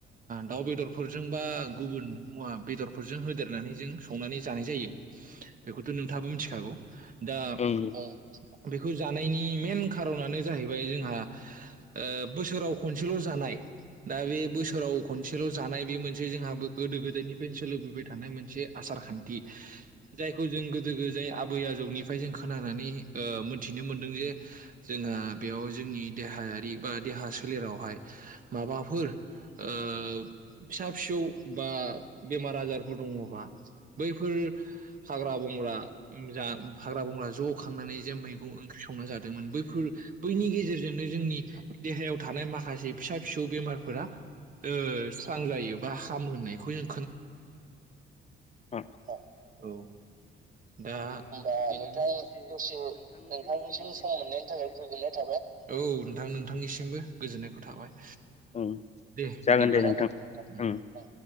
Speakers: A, on the right; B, on the left.
A: दाउ बेदरफोरजों बा गुबुन मुवा बेदरफोरजों होदेरनानै जों संनानै जानाय जायो बेखौथ नोंथाङोबो मिथिखागौ दा
B: उम
A: उम बेखौ जा नायनि मेन खारननो जाहैबाय जोंहा ओ बोसोराव खनसेल जानाय दा बे बोसोराव खनसेल जानाय बे मोनसे जोंहा गोदो गोदायनिफ्रायनो सोलिबोबाय थानाय मोनसे आसार खान्थि जायखौ जों गोदो गोदाय आबै आजौनिफ्राय जों खोनानानै ओ मोनथिनो मोनदों जे जोंहा बेयाव जोंनि देहायारि बा देहा सोलेरावहाय माबाफोर ओ फिसा फिसौ बा बेमार आजारफोर दङबा बैफोर हाग्रा बंग्रा जा हाग्रा बंग्रा ज खांनानै जे मैगं ओंख्रि संना जादोंमोन बैफोर बैनि गेजेरजोंनो जोंनि देहायाव थानाय माखासे फिसा फिसौ बेमारफोरा ओ स्रां जायो बा हामोहोननायखौ जों
B: अ
A: औ औ दा होमबा नोंथां दसे नोंथांनिसिम सम मोननायनि थाखाय गोजोननाय थाबाय औ नोंथां नोंथांनिसिमबो गोजोननायखौ थाबाय
B: उम
A: दे
B: जागोन
A: बिदिब्ला
B: दे नोंथां
A: उम नोंथां
B: उम